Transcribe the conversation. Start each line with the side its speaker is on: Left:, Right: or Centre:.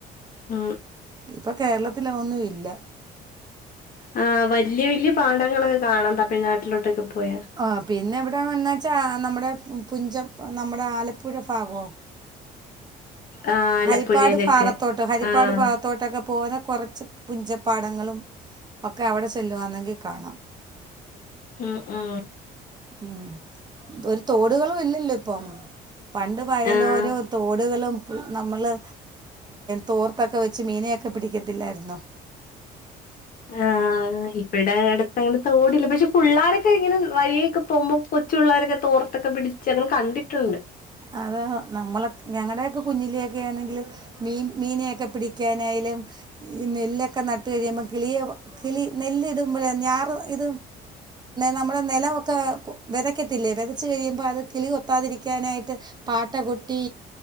Left: ആ
Right: ഇപ്പൊ കേരളത്തില അ ഒന്നും ഇല്ല
Left: ആ വലിയ വലിയ പാഠങ്ങളൊക്കെ കാണാം തമിഴ്നാട്ടിലോട്ടൊക്കെ പോയാ
Right: ആ പിന്നെ ഇവിടെ വന്നച്ചാ നമ്മുടെ പുഞ്ചം നമ്മുടെ ആലപ്പുഴ ഭാഗോ
Left: ആഹ് ആലപ്പുഴയിലൊക്കെ
Right: ഹരിപ്പാട് ഭാഗത്തോട്ട് ഹരിപ്പാട്
Left: ആഹ്
Right: ഭാഗത്തോട്ടൊക്കെ പോകുന്ന കുറച്ച് കുഞ്ചപ്പാടങ്ങളും ഒക്കെ അവിടെ ചെലുവാന്നെങ്കിൽ കാണാം
Left: അ ആ
Right: ഉം ഒരു തോടുകളും ഇല്ലല്ലോ ഇപ്പം പണ്ട് വയലോരോ
Left: ആഹ്
Right: തോടുകളും. നമ്മള് തോർത്തൊക്കെ വെച്ച് മീനയൊക്കെ പിടിക്കത്തില്ലായിരുന്നോ?
Left: ആ ഇവിടെ അടുത്ത് അങ്ങനെ തൊടില്ല പക്ഷെ പിള്ളാരൊക്കെ ഇങ്ങനെ വഴിയൊക്കെ പോകുമ്പോ കൊ ച്ചു പിള്ളാരൊക്കെ തോർത്തൊക്കെ പിടിച്ച് ങ്ങ കണ്ടിട്ടുണ്ട്.
Right: അത നമ്മളെ ഞങ്ങളക് കുഞ്ഞിലൊക്കെ ആണെങ്കിൽ മീൻ മീനൊക്കെ പിടിക്കാനായാലും ഈ നെല്ലൊക്കെ ന കളിയോ കളി നെല്ലിടുമ്പോ ഞാ ഇ നമ്മുടെ നിലൊക്കെ വിതക്കതില്ലേ? ച്ചു കഴിയുമ്പോ അത് കിളി കൊത്താരിക്കാനായിട്ട് പാട്ടകൊ ട്ടി